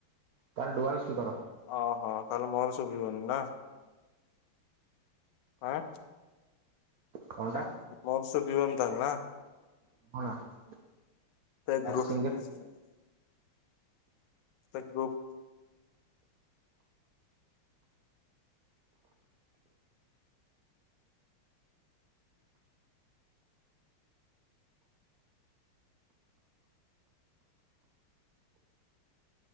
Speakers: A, on the right; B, on the left.
A: ତାର ଡୁଆଲ ସ୍ପିକର।
B: ଅ ହ ତାହେଲେ ମୋର ଶୁଭିବନି ନା? ଆଁ।
A: କଣଟା
B: କଣ ଟା? ମୋର ଶୁଭିବନି ତାହାଲେ ନା?
A: <unintelligible>
B: <unintelligible>
A: ସିଙ୍ଗଲ
B: ତା ଗ୍ରୁପ୍